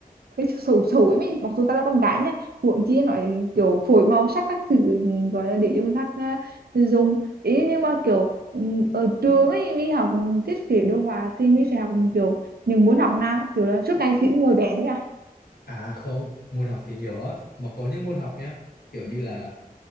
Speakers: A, on the right; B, on the left.
A: hơi xấu xấu ấy mình mặc dù tao là con gái nha huống chi nói kiểu phổi màu sắc các thứ ừm, gọi là để cho người khác à, dùng ý nhưng mà kiểu ừm, ở trường ấy mình học thiết kế đồ họa thì mình sẽ học kiểu mình muốn học nào kiểu là suốt ngày chỉ ngồi vẽ thôi à
B: à không môn học thì nhiều á mà có những môn học nhá kiểu như là